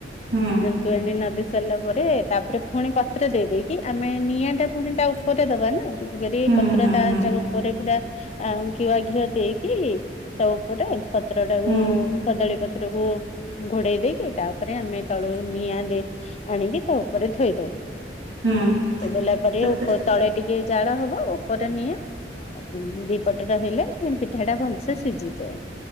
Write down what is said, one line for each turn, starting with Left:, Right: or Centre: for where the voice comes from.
Right: ହୁଁ।
Left: ତୁଆଣୀ ନଦି ସାରିଲା ପରେ ତାପରେ ପୁଣି ପତ୍ର ଦେଇ ଦେଇ କି ଆମେ ନିଆଁ ଟା ପୁଣି ତା ଉପରେ ଦବା ନା ଏତୁ କରି
Right: ହୁଁ
Left: ପତ୍ର
Right: ହୁଁ
Left: ତା
Right: ହୁଁ
Left: ତା ଉପ ପରେ ପୁରା ଆଁ ଗୁଆ ଘିଅ ଦେଇକି ତା ଉପରେ ପତ୍ର ଟାକୁ
Right: ହୁଁ
Left: କଦଳୀ ପତ୍ରକୁ ଘୋଡେଇ ଦେଇକି ତାପରେ ଆମେ ତଳୁ ନିଆଁ ଦେ ଆଣିକି ତା ଉପରେ ଥୋଇ ଦଉ।
Right: ହୁଁ।
Left: ଏ ଦେଲା ପରେ
Right: ତାପରେ
Left: ଉପ ତଳେ ଟିକେ ଜାଳ ହବ ଉପରେ ନିଆଁ। ଆଉ ଦି ପଟ ଟା ହେଲେ ପିଠା ଟା ଭଲସେ ସିଝିଯାଏ।